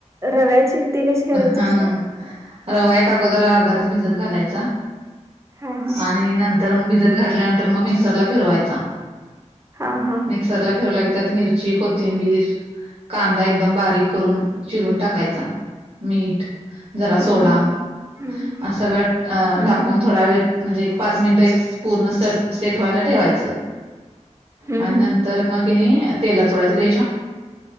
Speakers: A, on the right (about 25°); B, on the right (about 50°).
A: रव्याची ती कशी करायची
B: हा
A: असतात?
B: रवा एक अगोदर अर्धा तास भिजत घालायचा.
A: हा हा
B: आणि नंतर मग भिजत घातल्यानंतर मग, मिक्सरला फिरवायचा.
A: हा हा.
B: मिक्सर ला फिरवला की, त्यात मिरची कोथिंबीर कांदा एकदम बारीक करून. चिरून टाकायचा मीठ जरा
A: हम्म
B: सोडा.
A: हम्म हम्म
B: असं सगळं
A: हम्म
B: टाकून थोड्या वेळ म्हणजे एक पाच मिनिट पूर्ण सेट व्हायला, ठेवायच
A: हम्म
B: आणि नंतर तर म किनय तेलात सोडायचे लय